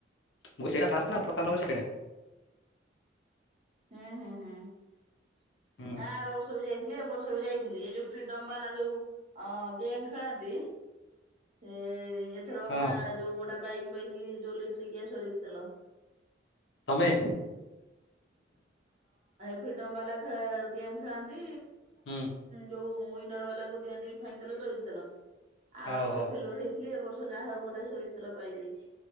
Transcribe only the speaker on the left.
ମୁଁ କହିଲି ସେଇଟା ଫାଷ୍ଟ ନା ସତାନବେ ସେକେଣ୍ଡ।
ହୁଁ
ହଁ
ତମେ
ହୁଁ
ହଉ
ହଉ।